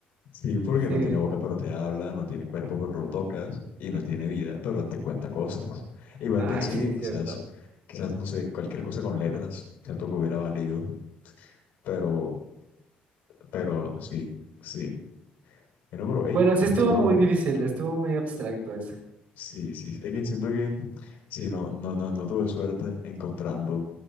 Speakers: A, on the left; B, on the right.
A: Sí, porque
B: sí.
A: no tiene boca pero te habla, no tiene cuerpo pero lo tocas y no tiene vida pero te cuenta cosas. Igual
B: Ay,
A: pensé
B: sí,
A: que
B: es
A: quizás,
B: cierto.
A: quizás no sé, cualquier cosa con letras, siento que hubiera valido, pero, pero sí, sí. Bueno, pero hey,
B: Bueno,
A: estuvo,
B: sí estuvo muy difícil, estuvo muy abstracto eso.
A: sí, sí, es que siento que sí, no, no, no, no tuve suerte encontrando